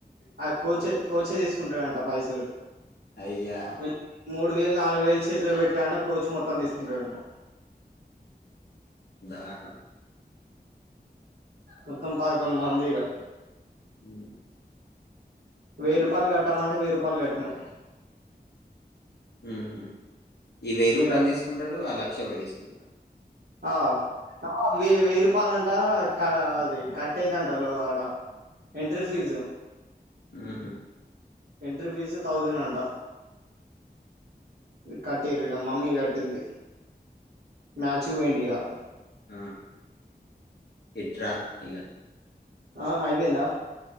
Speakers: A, on the right (about 75°); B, on the left (about 75°).
A: ఆ కోచ కోచే తీసుకుంటాడంట పైసలు
B: అయ్యా
A: వీళ్ళు మూడు వేలు నాలుగు వేలు చేతిలో పెట్టాంట కోచ్ మొత్తం తీసుకుంటాడంట
B: దాక్డ
A: మొత్తం పదకొండు మంది ఇగా
B: ఉమ్.
A: వెయ్యి రూపాయలు కట్టామంటే వెయ్యి రూపాయలు గట్ట్నిం
B: మ్ హు ఈ వెయ్యి రూపాయలు
A: కట్
B: తీసుకుంటాడు ఆ లక్ష కూడా తీసుకుంటాడు
A: ఆ ఆ ఈ వెయ్యి రూపాలంటా క అది కట్టేది అంట లో అడ ఎంట్రీ ఫీజు
B: మ్ హు
A: ఎంట్రీ ఫీజు థౌసంన్ అంటా కట్టిరిగ మమ్మీ కట్టింది మ్యాచ్కి పోయిండు ఈయళ
B: ఆహా ఎట్ర ఇగ
A: ఆ అయిపోయిందా